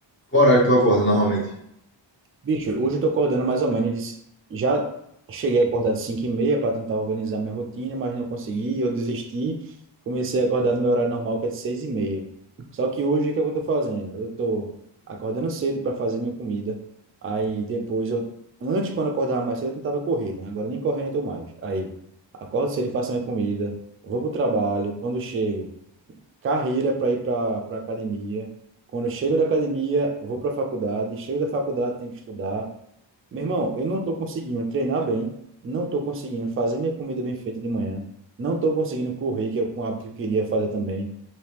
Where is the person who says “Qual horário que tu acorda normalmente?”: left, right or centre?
Left